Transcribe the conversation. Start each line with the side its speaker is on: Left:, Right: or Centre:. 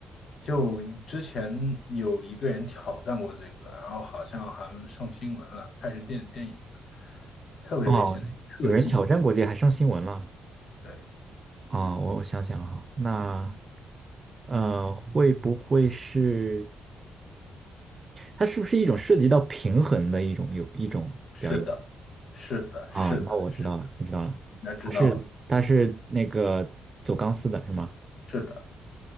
Left: 就之前有一个人挑战过这个，然后好像还上新闻了，拍成电电影了，特别危险的特技，
Right: 哦，有人挑战过这个还上新闻了。
Left: 对。
Right: 啊、我我想想啊，那呃，会不会是？它是不是一种涉及到平衡的一种有一种表演
Left: 是的，是的，
Right: 啊？
Left: 是的，
Right: 那我知道了，我知道了，
Left: 应该知道了。
Right: 它是它是那个走钢丝的是吗
Left: 是的，